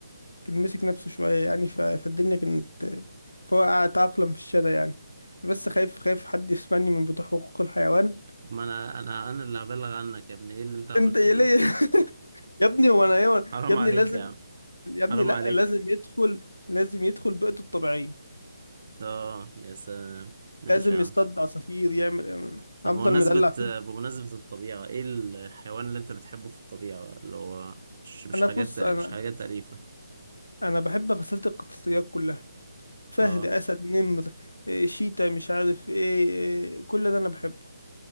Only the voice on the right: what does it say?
ما انا انا انا اللي هبلغ عنك يا ابني ايه اللي انت عملته
ده
<laughs>
حرام
عليك
يا عم
حرام
عليك
اه يا سلام ماشي
يا عم
طب
بمناسبة
بمناسبة الطبيعة ايه الحيوان اللي انت بتحبه في الطبيعة بقى اللي هو مش مش
حاجات
مش
حاجات أليفة
اه